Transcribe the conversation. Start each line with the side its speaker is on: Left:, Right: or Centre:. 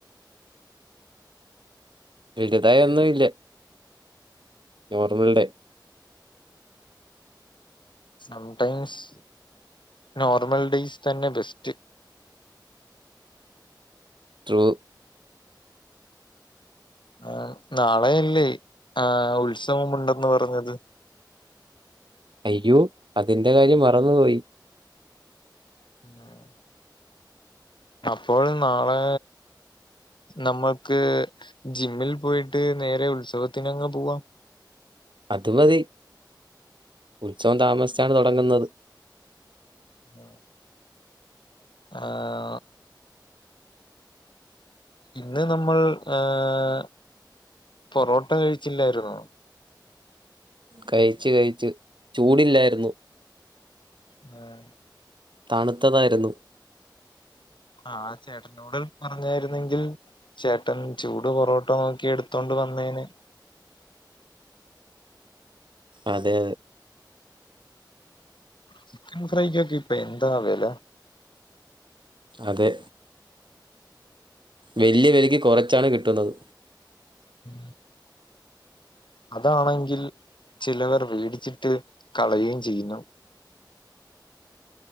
Right: വലതായ ഒന്നും ഇല്ല normal day
Left: sometimes normal days തന്നെ ബെസ്റ്റ്.
Right: ത്രൂ
Left: ആഹ്‌ നാളെയല്ലേ ആഹ്‌ ഉത്സവംുണ്ടെന്ന്ു പറഞ്ഞത്
Right: അയ്യോ അതിന്റെ കാര്യം മറന്നുപോയി
Left: <unintelligible> അപ്പോഴ നാളെ നമ്മൾക്ക് ജിമ്മിൽ പോയിട്ട് നേരെ ഉത്സവത്തിനങ്ങങ് പോവാം.
Right: അതുമതി ഉത്സവം താമസിച്ചാണ് തുടങ്ങുന്നത്.
Left: ഉം ആഹ്‌ ഇന്ന് നമ്മൾ ഏഹ് പൊറോട്ട കഴിച്ചില്ലായിരുന്നോ
Right: കഴിച്ച് കഴിച്ച് ചൂടില്ലായിരുന്നു.
Left: ആഹ്‌
Right: താണുത്തതായിരുന്നു.
Left: ആഹ്‌ ചേട്ടനോട് പറഞ്ഞായിരുന്നെങ്കിൽ ചേട്ടൻ ചൂട് പൊറോട്ടോ നോക്കി എടുത്തോണ്ട് വന്നേന്
Right: അതെ
Left: ചിക്കൻ ഫ്രൈക്കൊക്കെ ഇപ്പ എന്താ വേല
Right: അതെ വലിയ വലക്ക് കുറച്ചാണ് കിട്ടുന്നത്.
Left: ഉം അതാണെങ്കിൽ ചിലവർ വേടിച്ചിട്ട് കളയുകയും ചെയ്യുന്നു.